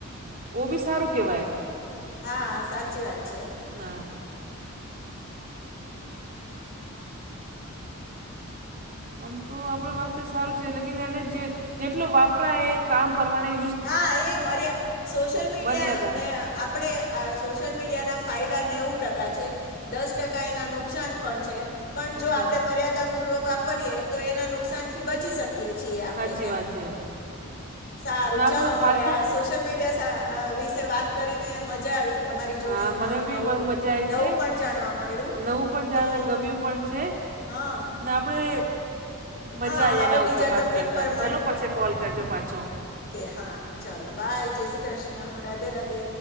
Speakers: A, on the right (about 40°); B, on the left (about 45°).
A: ઓ ભી સારું કેવાય
B: હા સાચી વાત છે
A: હ આમ તો આપણે વાસ્ <inaudible> સારું છે. લેકિન એને જે જેટલો વાપરાય એ કામ પરમાને <inaudible>
B: હા એ મર્યા સોશિયલ મીડિયાને
A: મર્યાદા
B: <inaudible> આપણે આ સોશિયલ મીડિયાના ફાયદા નેવું ટકા છે. દસ ટકા એના નુકસાન પણ છે. પણ
A: સાચી
B: જો આપણે
A: વાત
B: મર્યાદા પૂર્વક વાપરીએ તો એના નુકસાનથી બચી શકીએ છીએ આપણે
A: સાચી
B: એમ
A: વાત છે
B: સારું
A: ના
B: ચાલો
A: આપણે
B: હવે
A: ફાલતુ
B: આ સોશિયલ મીડિયા વિશે વાત કરીને મજા આવી તમારી
A: હા
B: જોડે ઘણું
A: મનેભી
B: નવું
A: બહુ મજા આઈ
B: નવું
A: છે.
B: પણ જાણવા મળ્યું
A: નવું પણ
B: તો
A: જાણ્યું ને ગમ્યું પણ છે.
B: હા
A: ને આપણે મજા
B: હા
A: આઈ એના
B: હવે બીજા
A: ઉપર વાત
B: ટોપિક
A: કરતા
B: પર
A: ચાલો પછી કોલ કરજો પાછો
B: એ હા ચલો બાાય જય શ્રી કૃષ્ણ રાધે રાધે